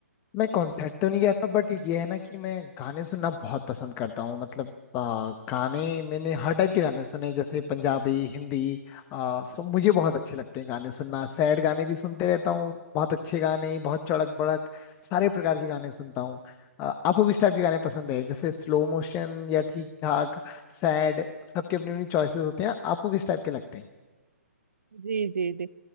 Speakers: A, on the left (about 25°); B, on the right (about 80°).
A: मैं कॉन्सर्ट तो नहीं गया था बट ये है ना कि मैं गाने सुनना बहुत पसंद करता हूँ मतलब आ, गाने मैंने हर टाइप के गाने सुने जैसे पंजाबी हिंदी आ, सब मुझे बहुत अच्छे लगते हैं गाने सुनना सैड गाने भी सुनते रहता हूँ बहुत अच्छे गाने बहुत चड़क बड़क सारे प्रकार के गाने सुनता हूँ आ, आपको किस टाइप के गाने पसंद है जैसे स्लो मोशन या ठीक ठाक सैड सबके अपनी अपनी चॉइसेस होते हैं आपको किस टाइप के लगते हैं
B: जी जी जी